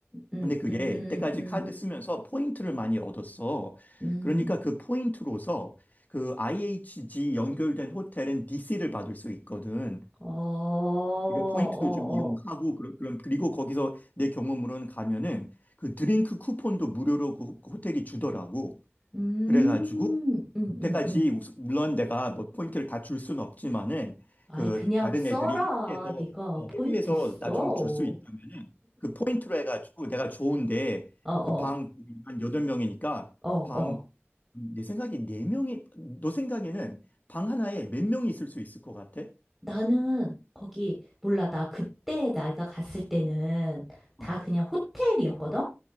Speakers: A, in the centre; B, on the left.
A: 음,
B: 근데 그게
A: 음,
B: 이때까지
A: 음,
B: 카드 쓰면서 포인트를 많이 얻었어.
A: 음.
B: 그러니까 그 포인트로서 그 IHG 연결된 호텔은 DC를 받을 수 있거든.
A: 어, 어,
B: 그러니까 포인트도 좀 이용하고
A: 어.
B: 그러- 그럼 그리고 거기서 내 경험으로는 가면은 그 드링크 쿠폰도 무료로 그 호- 그 호텔이 주더라고.
A: 음,
B: 그래가지고
A: 음,
B: 그때까지
A: 음, 음.
B: 우스- 물론 내가 뭐 포인트를 다 줄 수는 없지만은
A: 아이,
B: 그
A: 그냥
B: 다른
A: 써라.
B: 애들이 회비에서
A: 네가
B: 어,
A: 포인트
B: 회비에서
A: 써.
B: 나
A: 어,
B: 좀 줄 수 있다면은 그 포인트로 해가지고 내가 좋은데
A: 어,
B: 그 방 한 여덟 명이니까
A: 어,
B: 방
A: 어.
B: 음, 내 생각에 네 명이 너 생각에는 방 하나에 몇 명이 있을 수 있을 것 같아?
A: 나는 거기, 몰라. 나 그때 내가 갔을 때는 다
B: 어,
A: 그냥 호텔이었거든?